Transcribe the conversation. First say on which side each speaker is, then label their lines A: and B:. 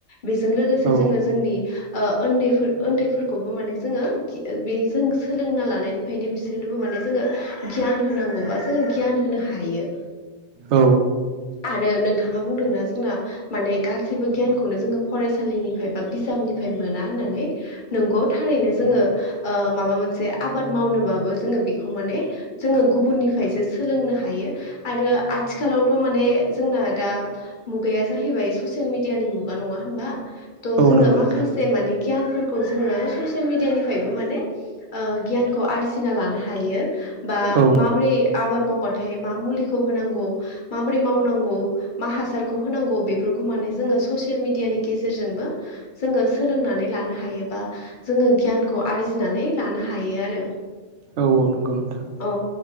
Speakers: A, on the left; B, on the right.
A: बेजों लोगोसे
B: औ
A: जोङो जोंनि ओ उन्दैफोर उन्दैफोरखौबो माने जोङो बे जों सोलोंना लानायनिफ्रायनो बिसोरनोबो माने जोङो गियान होनांगौबा जोङो गियान होनो हायो।
B: औ
A: आरो नों नोंथाङा बुंदोंना जोंना माने गासैबो गियानखौनो जोङो फरायसालिनिफ्राय बा बिजाबनिफ्राय मोना होन नानै नंगौ थारैनो जोंङो ओ माबा मोनसे आबाद मावनानोबाबो जोंङो बेखौ खौ माने जोङो गुबुननिफ्रायसो सोलोंनो हायो आरो आथिखालावथ' माने जोंना दा मुगाया जाहैबाय ससिेल मिडियानि मुगा नङा होनबा थ'
B: औ
A: जोङो
B: नंगौ
A: माखासे
B: नोंथां
A: माने गियानफोर खौ जोङो ससियेल मिडियानिफ्रायबो माने ओ गियानखौ आरजिना लानो हायो बा
B: औ
A: माब्रै आबाद मावबाथाय मा मुलिखौ होनांगौ माबोरै मावनांगौ मा हासारखौ होनांगौ बेफोरखौ माने नि गेजेर जोोंनानै ल हायोा जो गय <unintelligible> खौ आरजिनानै लानो हायो आरो
B: औ औ नंगौ नोंथां
A: औ